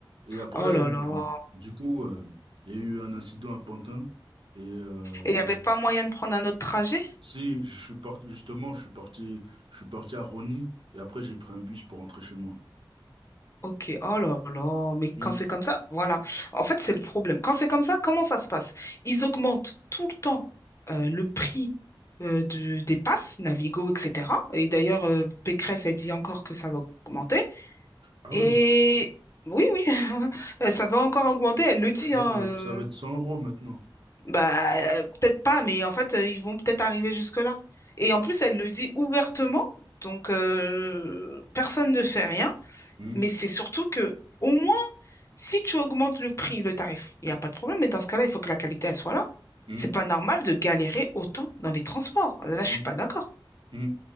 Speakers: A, on the right; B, on the left.
A: Et après,
B: oh
A: euh,
B: là là.
A: du coup, euh, il y a eu un incident à Pantin et euh,
B: Et il n'y
A: bah,
B: avait pas moyen de prendre un autre trajet?
A: Si, je suis parti, justement, je suis parti, je suis parti à Rony et après j'ai pris un bus pour rentrer chez moi.
B: Ok, oh là là, mais
A: Hmm.
B: quand c'est comme ça, voilà. En fait, c'est le problème. Quand c'est comme ça, comment ça se passe? Ils augmentent tout le temps euh, le prix euh, de- des passes, Navigo, etc. Et d'ailleurs, euh, Pécresse a dit encore que ça va augmenter.
A: Ah
B: Et
A: oui,
B: oui, oui, <laughs> euh, ça va encore augmenter, elle le dit,
A: c'est-à-dire,
B: hein.
A: euh,
B: euh,
A: ça va être 100 euros maintenant.
B: Bah, euh, peut-être pas, mais en fait, euh, ils vont peut-être arriver jusque-là. Et en plus, elle le dit ouvertement, donc euh, personne ne fait rien,
A: Hmm,
B: mais c'est surtout que au moins si tu augmentes le prix, le tarif, il n'y a pas de problème, mais dans ce cas-là, il faut que la qualité, elle soit là.
A: hmm,
B: C'est pas normal de galérer autant dans les transports. Là, je
A: hmm,
B: suis pas d'accord.
A: hmm. Et